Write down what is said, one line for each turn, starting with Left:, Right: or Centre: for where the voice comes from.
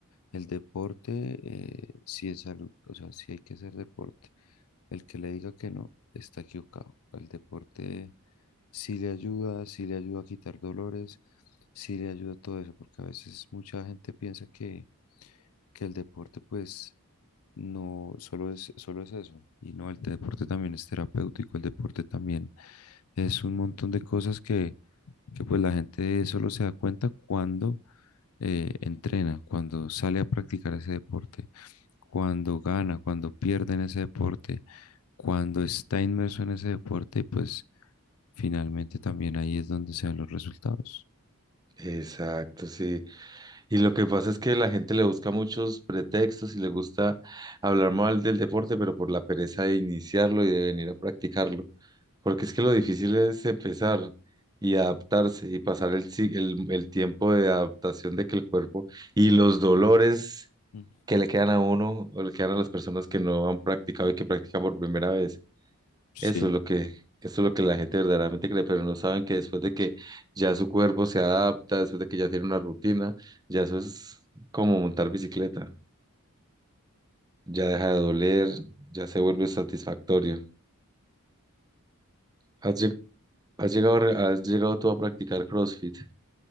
Left: el deporte eh, sí es salud, o sea, sí hay que hacer deporte. El que le diga que no, está equivocado. El deporte sí le ayuda, sí le ayuda a quitar dolores, sí le ayuda a todo eso, porque a veces mucha gente piensa que, que el deporte, pues, no, solo es, solo es eso. Y no, el deporte también es terapéutico, el deporte también es un montón de cosas que, que pues la gente solo se da cuenta cuando eh, entrena, cuando sale a practicar ese deporte, cuando gana, cuando pierde en ese deporte, cuando está inmerso en ese deporte y pues finalmente también ahí es donde se ven los resultados.
Right: Exacto, sí. Y lo que pasa es que la gente le busca muchos pretextos y le gusta hablar mal del deporte, pero por la pereza de iniciarlo y de venir a practicarlo. Porque es que lo difícil es empezar y adaptarse y pasar el, si- el, el tiempo de adaptación de que el cuerpo y los dolores
Left: Mm,
Right: que le quedan a uno o le quedan a las personas que no han practicado y que practican por primera vez.
Left: Sí,
Right: Eso es lo que, eso es lo que la gente verdaderamente cree, pero no saben que después de que ya su cuerpo se adapta, después de que ya tiene una rutina, ya eso es como montar bicicleta, ya deja de doler, ya se vuelve satisfactorio. ¿Has, lleg- has llegado, re- has llegado tú a practicar CrossFit?